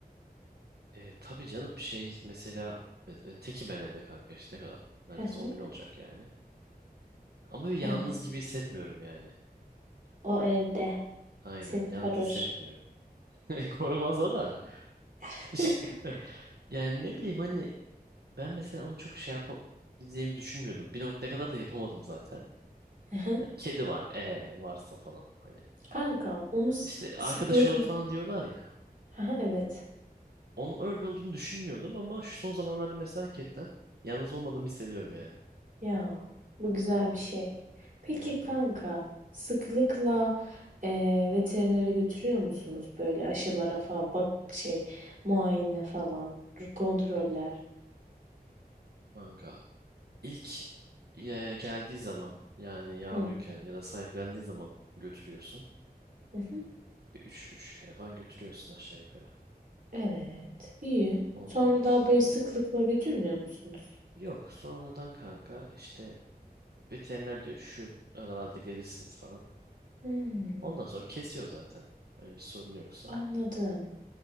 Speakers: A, on the right; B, on the right.
A: E, tabii canım şey mesela e, e, tekim ben evde kanka işte ne kadar neredeyse
B: Hı hı.
A: 10 gün olacak yani. Ama böyle yalnız
B: Evet.
A: gibi hissetmiyorum yani.
B: O evde
A: Aynen
B: seni
A: yalnız
B: korur.
A: hissetmiyorum. <laughs> Korumaza da.
B: <laughs>
A: <laughs> Yani ne bileyim hani ben mesela onu çok şey yapabileceğimi düşünmüyordum. Bir noktaya kadar da yapamadım zaten.
B: Hı hı.
A: Hani kedi var, ee varsa falan hani.
B: Kanka onu s-
A: İşte
B: sıklıkla.
A: arkadaş olur falan diyorlar ya.
B: Hı hı, Evet.
A: Onun öyle olduğunu düşünmüyordum ama şu son zamanlarda mesela hakikaten yalnız olmadığımı hissediyorum yani.
B: Ya bu güzel
A: Hmm,
B: bir şey. Peki
A: evet
B: kanka
A: evet.
B: sıklıkla eee, veterinere götürüyor musunuz böyle aşılara falan bak şey muayene falan r- kontroller.
A: Kanka ilk e, geldiği zaman yani yavruyken
B: Hı.
A: ya da sahiplendiği zaman götürüyorsun.
B: Hı hı.
A: Bir üç, üç kere falan götürüyorsun aşağı yukarı.
B: Evet, iyi.
A: Ondan
B: Sonra
A: sonra
B: daha böyle sıklıkla götürmüyor musunuz?
A: Yok sonradan kanka işte veteriner diyor şu aralarda gelirsiniz falan.
B: Hımm,
A: Ondan sonra kesiyor zaten. Hani bir sorun yoksa.
B: anladım.